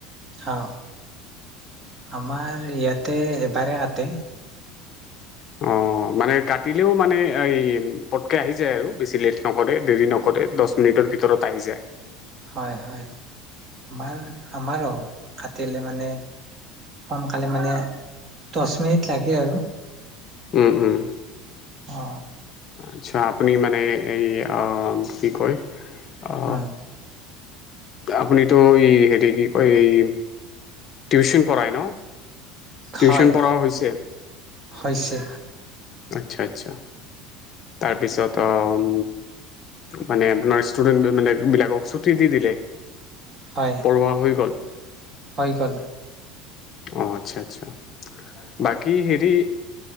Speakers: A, on the right (about 30°); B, on the left (about 35°).
A: অ আমাৰ ইয়াতে এবাৰ আতে
B: অ মানে কাটিলেও মানে এই পটকে আহি যায় আৰু বেছি লেট নকৰে দেৰি নকৰে দহ মিনিটৰ ভিতৰত আহি যায়
A: হয় হয় আমাৰ আমাৰো কাটলে মানে সোনকালে মানে দহ মিনিট লাগে আৰু
B: উম উম
A: অ
B: আচ্ছা আপুনি মানে এই কি কয় অ
A: হ
B: আপুনিতো এই হেৰি কি কয় এই টউশন পঢ়ায় ন? টিউশচন
A: হয়
B: পঢ়াও হৈছে।
A: হৈছে
B: আচ্ছা আচ্ছা তাৰপিছত আহ মানে আপোনাৰ ষ্টুডেণ্ট মানে বিলাকক ছুটি দি দিলে।
A: হয়
B: পঢ়োৱা হৈ গ'ল
A: হয় গ'ল।
B: অঁ আচ্ছা আচ্ছা বাকী হেৰি